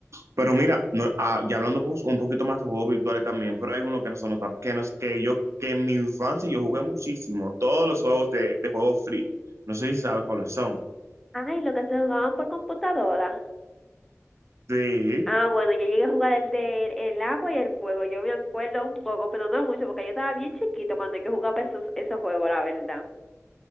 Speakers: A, on the right; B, in the centre.
A: Pero mira, no, ah, ya hablando pues, un poquito más de juegos virtuales también, pero hay uno que no son los- que no es que yo, que en mi infancia yo jugué muchísimo, todos los juegos de, de juegos free. No sé si sabes cuáles son.
B: Ay, lo que se jugaban por computadora.
A: Sí.
B: Ah, bueno, yo llegué a jugar el de el agua y el fuego. Yo me acuerdo un poco, pero no mucho, porque yo estaba bien chiquito cuando yo jugaba esos, esos juegos, la verdad.